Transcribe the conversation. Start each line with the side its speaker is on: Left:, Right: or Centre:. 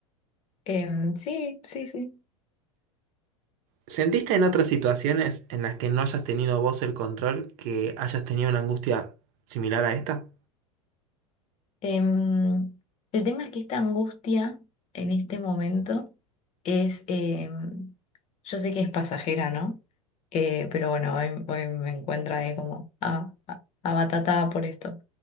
Left: Em, sí, sí, sí.
Right: ¿Sentiste en otras situaciones en las que no hayas tenido vos el control que hayas tenido una angustia similar a esta?
Left: Em, el tema es que esta angustia en este momento es, em, yo sé que es pasajera, ¿no? Eh, pero bueno, hoy, hoy me encuentro ahí como a, a- abatatada por esto.